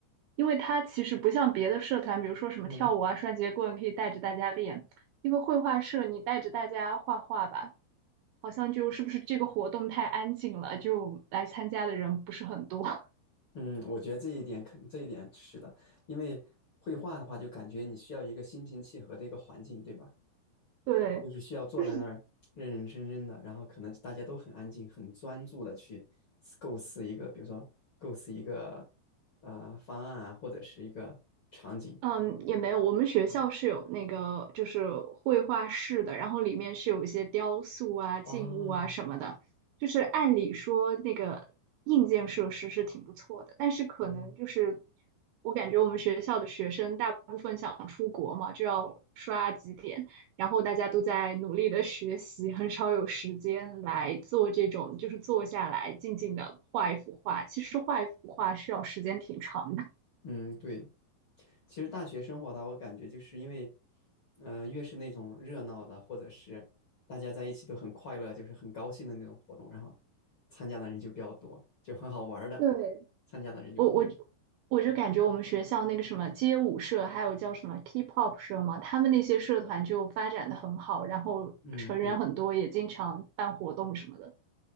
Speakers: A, on the right; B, on the left.
A: 因为它其实不像别的社团，比如说什么跳舞啊、
B: 嗯
A: 双节棍可以带着大家练，因为绘画社你带着大家画画吧，好像就是不是这个活动太安静了，就来参加的人不是很多。
B: 嗯，我觉得这一点肯这一点是的，因为绘画的话，就感觉你需要一个心平气和的一个环境，对吧？
A: <laughs> 对，
B: 就是需要坐在那儿认认真真的，
A: 就是。
B: 然后可能大家都很安静、很专注的去构思一个，比如说构思一个呃方案啊，或者是一个场景。
A: 嗯，也没有。我们学校是有那个就是绘画室的，然后里面是有一些雕塑啊、静物啊什么的。
B: 啊。
A: 就是按理说那个硬件设施是挺不错的，但是可能就是
B: 嗯
A: 我感觉我们学校的学生大部分想出国嘛，就要刷几点，然后大家都在努力的学习，很少有时间来做这种就是坐下来静静的画一幅画。其实画一幅画需要时间挺长的。
B: 嗯，对，其实大学生活的话我感觉就是因为，嗯、越是那种热闹的，或者是大家在一起都很快乐，就是很高兴的那种活动，然后参加的人就比较多，就很好玩儿的，
A: 对，
B: 参加的人就多。
A: 我我我就感觉我们学校那个什么街舞社，还有叫什么 K-pop 社嘛，他们那些社团就发展的很好，然后成员很多，
B: 嗯，对。
A: 也经常办活动什么的。